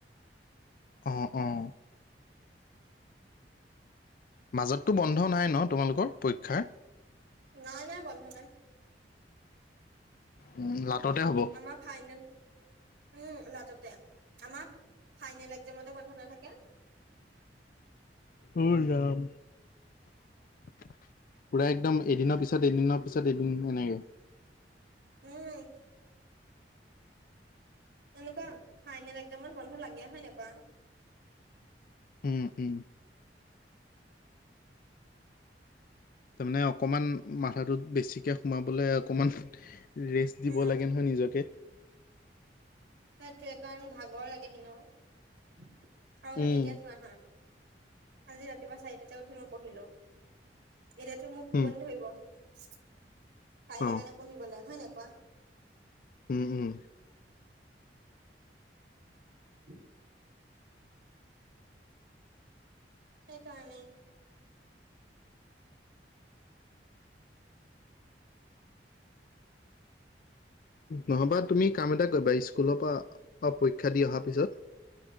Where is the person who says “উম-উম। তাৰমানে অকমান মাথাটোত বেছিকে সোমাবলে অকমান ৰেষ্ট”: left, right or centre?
Left